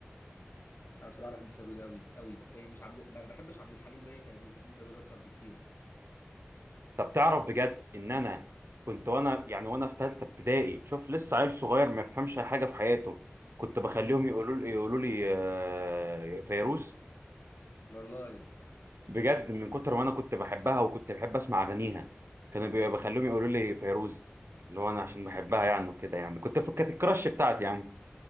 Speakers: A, on the left; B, on the right.
A: انا بصراحه بحب فيروز قوي قوي بس يعني مش عبد ما بحبش عبد الحليم زي فيروز بحب فيروز اكتر بكتير
B: طب تعرف بجد ان انا كنت وانا يعني وانا في ثالثه ابتدائي شوف لسه عيل صغير ما يفهمش أي حاجه في حياته كنت بخليهم
A: امم
B: يقولوا لي يقولوا لي آه، فيروز
A: والله
B: بجد من كتر ما انا كنت بحبها وكنت بحب اسمع اغانيها كانوا بي- بخليهم يقولوا لي فيروز اللي هو انا عشان بحبها يعني وكده يعني كنت ف- كانت الكراش بتاعتي يعني